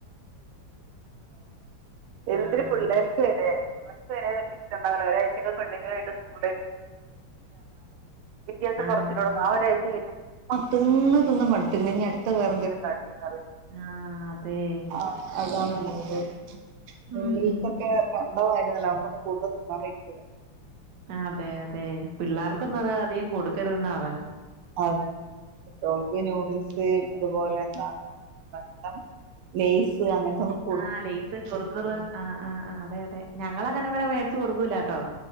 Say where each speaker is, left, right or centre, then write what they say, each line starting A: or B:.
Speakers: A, on the right; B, on the right.
A: എന്ത്
B: ആഹ്
A: ര് പിള്ളേർക്ക് വെരെ ത് വെരെ എന്റെ ഷ്ടണ്ടാവൂല ഒരായ്ച്ചക്കെ കൊണ്ടെങ്കി <unintelligible> റഞ്ഞാല് വ്യത്യാസം
B: ആഹ്
A: കൊറച്ട്ടൊളൂ ആ ഒരാഴ്ച കഴിഞ് അ തിന്ന് തിന്ന് മട്ത്ത്ക്ക്‌ണ് ഇനി അട്ത്ത വേറെ ന്തെങ്കിലും കാട്ടിത്തറ
B: ആഹ് അതെ
A: ആഹ് അതാണ്ല്ലത് നൂഡിൽസൊക്കെ
B: ഉം ഉം
A: കണ്ട മാതിരിയല്ല നമുക്കൊക്കെ കൂടുതൽ തിന്നാം വെയ്കുല
B: അതെ അതെ പിള്ളാർക്കൊന്നും
A: ഉം
B: അത് അധികം കൊടുക്കരുതെന്നാ പറണേ
A: അതെ അതെ കുട്ടോൾക്ക് ന്യുഡിൽസ് അതുപോലെ എന്താണ് വന്ണ്ടം ലേസ് അങ്ങനത്തെ ഒന്നും
B: ആഹ് ലെയ്സ് കുറുക്കുറ് ആഹ് ആഹ് ആഹ് അതെ അതെ ഞങ്ങള ങ്ങനെ ഇവിടെ മേട്ച്ച് കൊടുക്കൂലട്ടോ